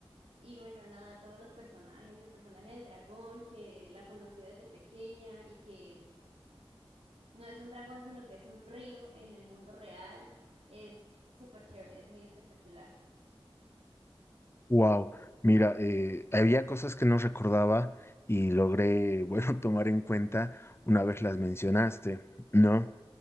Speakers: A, on the right (about 75°); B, on the left (about 25°).
A: Y bueno, nada, todos los personajes, el personaje del dragón que la conoció desde pequeña y que no es un dragón, sino que es un río en el mundo real, es súper chévere, es muy espectacular.
B: Wow, mira, eh, había cosas que no recordaba y logré, bueno, <laughs> tomar en cuenta una vez las mencionaste, ¿no?